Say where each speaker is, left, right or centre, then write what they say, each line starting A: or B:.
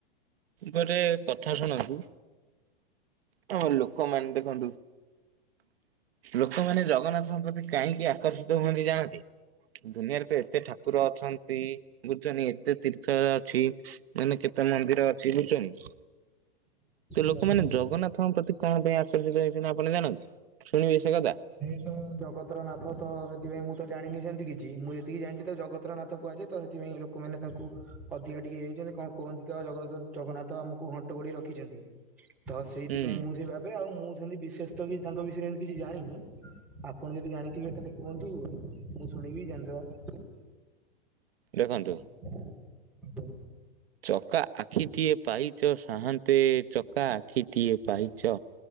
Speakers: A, on the right; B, in the centre.
A: ଗୋରେ <unintelligible> କଥା ଶୁଣନ୍ତୁ। ତ ଲୋକମାନେ ଦେଖନ୍ତୁ ଲୋକମାନେ ଜଗନ୍ନାଥଙ୍କ ପ୍ରତି କାହିଁକି ଆକର୍ଷିତ ହୁଅନ୍ତି ଜାଣନ୍ତି? ଦୁନିଆରେ ତ ଏତେ ଠାକୁର ଅଛନ୍ତି ବୁଝୁଚନି ଏତେ ତୀର୍ଥ ଅଛି ମାନେ କେତେ ମନ୍ଦିର ଅଛି ବୁଝୁଚନି ତ ଲୋକମାନେ
B: କୁହନ୍ତୁ।
A: ଜଗନ୍ନାଥଙ୍କ ପ୍ରତି କଣ ପାଇଁ ଆକର୍ଷିତ ହେଉଚନ୍ତି ଆପଣ ଜାଣନ୍ତି? ଶୁଣିବେ ସେ କଥା।
B: ଏଇ ତ ଜଗତର ନାଥ ତ ସେଥିପାଇଁ ମୁଁ ତ ଜାଣିନି ସେମିତି କିଛି ମୁଁ ଯେତିକି ଜାଣିଚି ତ ଜଗ ତର ନାଥ କୁହାଯାଏ ତ ସେଥିପାଇଁ ଲୋକମାନେ ତାଙ୍କୁ ଅଧିକା ଟିକେ ହେଇଚନ୍ତି କଣ କୁହନ୍ତି ତ ଜଗର -ଜଗନ୍ନାଥ ଆମକୁ ଘ ଣ୍ଟ ଗୋଡେଇ ରଖିଚନ୍ତି। ତ ସେଇଥିପାଇଁ
A: ହୁଁ
B: ମୁଁ ସେ ଭାବେ‌ ଆଉ ମୁଁ ସେମିତି ବିଶେଷତ କି ତାଙ୍କ ବିଷୟରେ ଏମତି କିଛି ଜାଣିନି ଆପଣ ଯଦି ଜାଣିଥିବେ ତାହେଲେ କୁହନ୍ତୁ ମୁଁ ଶୁଣିକି ଜାଣିଦବା।
A: ଦେଖନ୍ତୁ
B: <inaudible>
A: ଚକା ଆଖିଟିଏ ପାଇଚ ସାହାନ୍ତେ ଚକା ଆଖିଟିଏ ପାଇଚ।